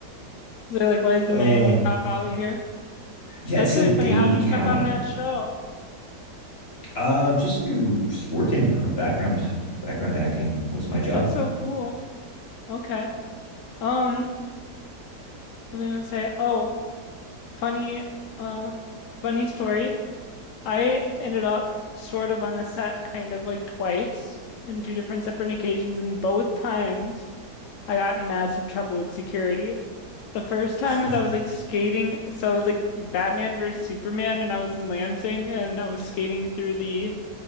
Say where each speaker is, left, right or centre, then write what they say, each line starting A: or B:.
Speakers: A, on the left; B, on the left.
A: They're like, why is the
B: Oh,
A: Miami
B: uh,
A: Cop out here?
B: yeah,
A: That's
B: it said
A: really funny.
B: Dade
A: How'd you
B: County,
A: end up on that show?
B: Uh, just do just working. I was background background acting. It was my job.
A: That's so cool. Okay. Um, what was I gonna say? Oh, funny, uh, funny story. I ended up sort of on a set kind of like twice in two different separate occasions, and both times I got in massive trouble with security. The first time
B: <laughs>
A: is I was like skating, so it was like Batman versus Superman, and I was in Lansing, and I was skating through the